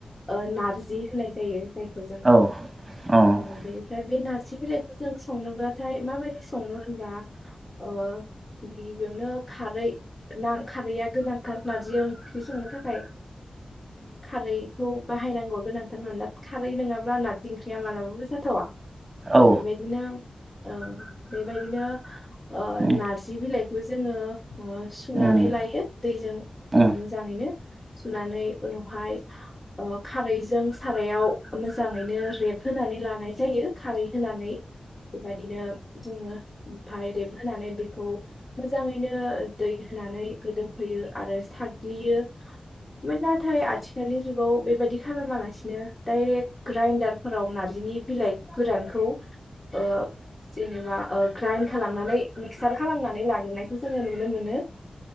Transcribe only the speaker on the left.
ओ नारजि होननाय जायो जायखौ
जों ओ बेनिफ्राय बे नारजि जि बिलाइखौ जों संनोब्लाथाय माबायदि सङो होनब्ला अ गिबि गिबियावनो खारै। ना खारैया गोनांथार। नार्जि ओं ख्रि संनो थाखाय खारैखौ। बाहायनांगौआ गोनांथारमोन ना खारै नङाब्ला ना ओंख्रिया मालाबाबो जाथावा।
बेबायदिनो। औ बेबायदिनो। ओ
नार्जि बिलाइ। खौ जोङो। ओ सुनानै
लायो दैजों
मोजाङैनो सुनानै उनावहाय ओ खारैजों। सारायाव मोजाङैनो रेब होनोनानै लानाय जायो खारै होनानै। बेबायदिनो जोङो ओमफाय रेबहोनानै बेखौ मोजाङैनो दै होनानै गोदौ होयो आरो साग्लियो। नाथाय आथिखालनि जुगाव बेबायदि खालामालासिनो डाइरेक्ट ग्राइडारफोराव नार्जिनि बिलाइ गोरानखौ ओ जेनेबा ओ ग्राइन्ड खालामनानै मिक्सार खालामनानै लाग्रोनायखौ जों नुनो मोनो।